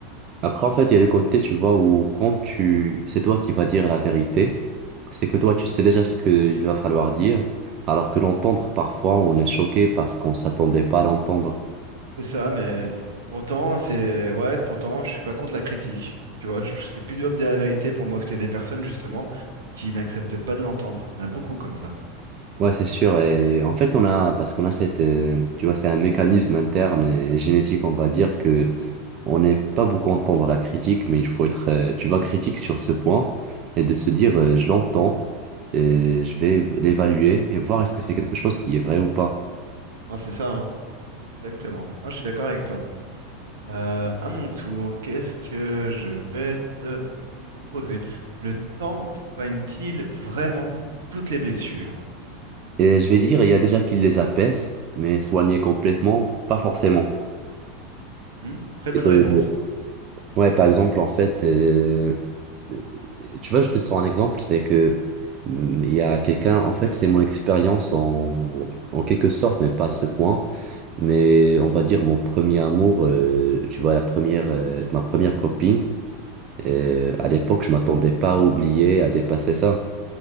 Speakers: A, on the right; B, on the right.
A: Après, en fait, il y a le côté, tu vois, où quand tu, c'est toi qui vas dire la vérité, c'est que toi, tu sais déjà ce qu'il va falloir dire, alors que l'entendre, parfois, on est choqué parce qu'on s'attendait pas à l'entendre.
B: C'est ça, mais pourtant, c'est. Ouais, pourtant, je suis pas contre la critique. Tu vois, je- c'est plus dur de dire la vérité pour moi, parce qu'il y a des personnes, justement, qui n'acceptent pas de l'entendre. Il y en a beaucoup comme ça.
A: Ouais, c'est sûr. Et en fait, on a, parce qu'on a cette, euh, tu vois, c'est un mécanisme interne et génétique, on va dire que on n'aime pas beaucoup entendre la critique, mais il faut être, euh, tu vois, critique sur ce point et de se dire, euh, je l'entends et je vais l'évaluer et voir est-ce que c'est quelque chose qui est vrai ou pas.
B: Hein, c'est ça, hein. Exactement. Ah, je suis d'accord avec toi. Euh, à mon tour, qu'est-ce que je vais te poser? Le temps soigne-t-il vraiment toutes les blessures?
A: Et je vais dire, il y a déjà qui les apaisent, mais soigner complètement, pas forcément.
B: Hmm Très
A: Et
B: bonne
A: que-
B: réponse.
A: ouais, par exemple, en fait, euh, euh, tu vois, je te sors un exemple, c'est que hum, il y a quelqu'un, en fait, c'est mon expérience en, en quelque sorte, mais pas à ce point. Mais on va dire mon premier amour, euh, tu vois, la première, euh, ma première copine, euh, à l'époque, je m'attendais pas à oublier, à dépasser ça.